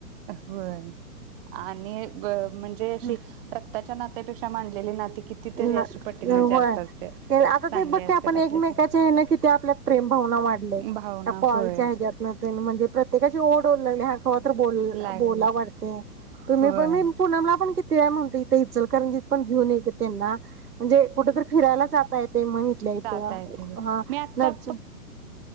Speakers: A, on the right; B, on the right.
A: होय, आणि ब म्हणजे अशी
B: हा
A: रक्ताच्या नात्यापेक्षा मानलेली नाती कितीतरी
B: ना
A: अशी पटीनं
B: ना होय,
A: जास्त असते
B: आता ते
A: चांगले
B: बघ
A: असतात
B: की आपण एकमेकाच्या
A: आपल्यासाठी
B: हेनं किती आपल्यात प्रेम भावना वाढलंय.
A: भावना
B: त्या कॉलच्या
A: होय
B: हेज्यातनं तेन म्हणजे प्रत्येकाची ओ तो लेल्या हाव कवातर बोल
A: लागले
B: बोला वाटतंय.
A: होय
B: तूम्ही पण मी पूनम ला पण कीत तये म्हणते इतं इचलकरंजीत पण घेऊन ये तेना, म्हणजे कुटं तर फिरायला जात ता येते म्हणू इतल्या
A: जाता
B: इतं आं.
A: येते
B: हां
A: मी आता
B: नरच